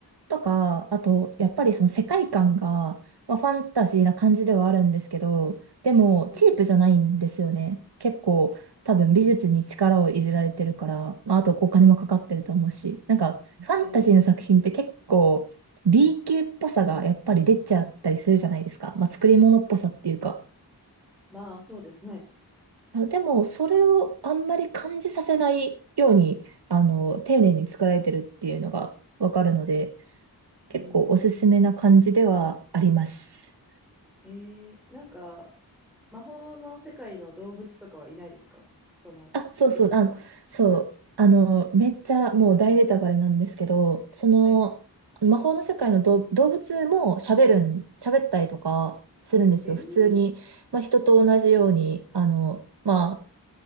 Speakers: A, on the right; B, in the centre.
A: とか、あと、やっぱりその世界観が、まあ、ファンタジーな感じではあるんですけど、でも、
B: ほうほう。
A: チープじゃないんですよね。結構、多分美術に力を入れられてるから、まあ、あとお金もかかってると思うし、なんか、ファンタジーの作品って結構、
B: ええ
A: B 級っぽさがやっぱり出ちゃったりするじゃないですか。まあ、作り物っぽさっていうか。
B: まあ、そうですね。
A: あでも、それをあんまり感じさせないように、あの、丁寧に作られてるっていうのがわかるので、結構おすすめな感じではあります。
B: うーん。ええなんか、魔法の世界の動物とかはいないですかその、
A: あ、そうそう、
B: リキッドは。
A: あ、そう、あの、めっちゃもう大ネタバレなんですけど、その、
B: はい。
A: 魔法の世界の動動物も喋るん、喋ったりとかするんですよ。
B: ええ
A: 普通に、まあ、人と同じように、あの、ま